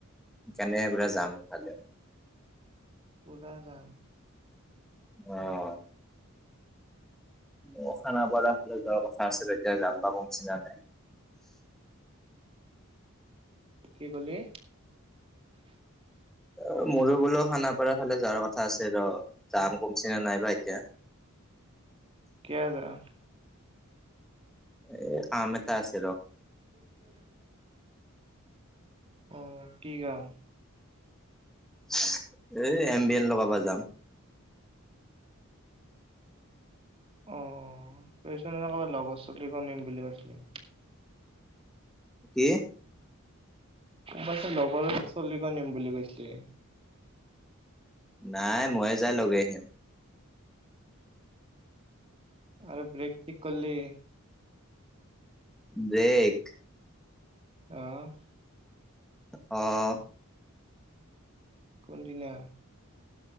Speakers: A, in the centre; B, on the right.
A: <unintelligible> জাম সেইফালে।
B: পূৰা জাম।
A: অ'! অ'! খানাপাৰা ফালে যোৱাৰ কথা আছিলে, এতিয়া যাম বা কমিছেনে নাই।
B: কি ক'লি?
A: অ'! মোৰো বোলোঁ, খানাপাৰাৰ ফালে যোৱাৰ কথা আছে ৰ'। জাম কমিছেনে নাই বা এতিয়া।
B: কিয় যাওঁ?
A: এ, কাম এটা আছে ৰ'।
B: <inaudible> অ' কি কাম?
A: <unintelligible> এই, এম বি এন লগাব যাম।
B: অ'! তাৰপিছত <unintelligible> লগৰ ছোৱালী ঘৰ নিম বুলি কৈছিলে।
A: কি?
B: তই চোন লগৰ ছোৱালী <unintelligible> নিম বুলি কৈছিলে।
A: নাই, মইয়ে যাই লৈ গৈ আহিম।
B: আৰু ব্ৰেক ঠিক কৰলি?
A: ব্ৰেক।
B: অ'!
A: অ'!
B: কোনদিনা?